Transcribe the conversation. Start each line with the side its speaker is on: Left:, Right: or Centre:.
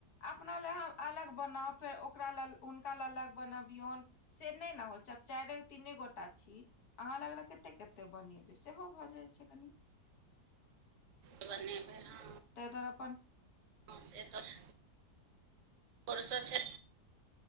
Left: अपना लेए अलग बनाउ फेर ओकरा लेल हुनका लेल अलग बनबियौन से नहि नै होइ छैय आब चारि तीने गोटे छी अहाँ अलग - अलग कतेक -कतेक बनेबै सेहो भऽ जाइत छैय कनि।
Right: बनेबै हँ
Left: तेंय दुआरे अप्पन
Right: हँ से तऽ? र छै